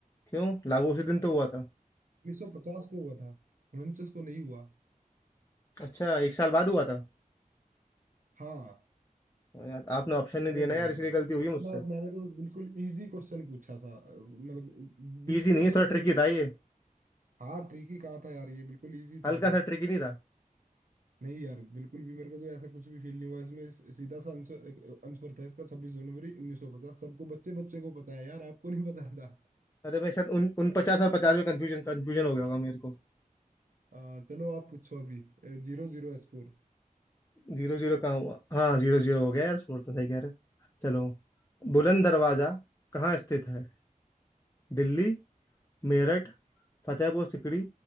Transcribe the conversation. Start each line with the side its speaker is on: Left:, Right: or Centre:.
Left: क्यों लागू उसी दिन तो हुआ था
Right: 1950 को हुआ था 49 को नहीं हुआ
Left: अच्छा एक साल बाद हुआ था
Right: हाँ
Left: और यार आपने ऑप्शन नहीं
Right: अरे
Left: दिया ना यार
Right: यार
Left: इसलिए गलती हुई है
Right: इतना
Left: मुझसे
Right: मैंने तो बिल्कुल इजी क्वेश्चन पूछा था अ, मतलब बिल्कुल
Left: इजी नहीं है
Right: ही
Left: थोड़ा
Right: easy-
Left: ट्रिकी था ये
Right: हाँ ट्रिकी कहा था यार ये बिल्कुल इजी था
Left: हल्का
Right: ये तो
Left: सा ट्रिकी नहीं था
Right: नहीं यार बिल्कुल भी मेरे को तो ऐसा कुछ भी फील नहीं हुआ इसमें स- सीधा सा आंसर आंसर था इसका छब्बीस जनवरी उन्नीस सौ पचास सबको बच्चे बच्चे को पता है यार आपको नहीं पता था
Left: अरे मैं शायद उन, उन पचास और पचास में कंफ्यूजन कंफ्यूजन हो गया होगा मेरे को
Right: अ, चलो आप पूछो अभी Zero zero score
Left: जीरो जीरो कहाँ हुआ हाँ जीरो जीरो हो गया यार स्कोर तो सही कह रहे हो चलो बुलंद दरवाजा कहाँ स्थित है दिल्ली मेरठ फतेहपुर सिकड़ी